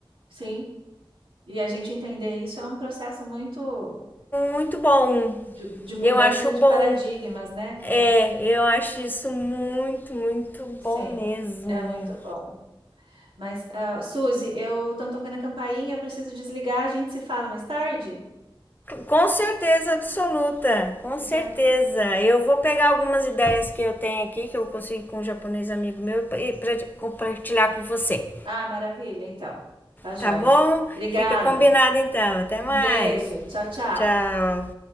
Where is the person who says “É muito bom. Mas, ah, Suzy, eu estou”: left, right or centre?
Right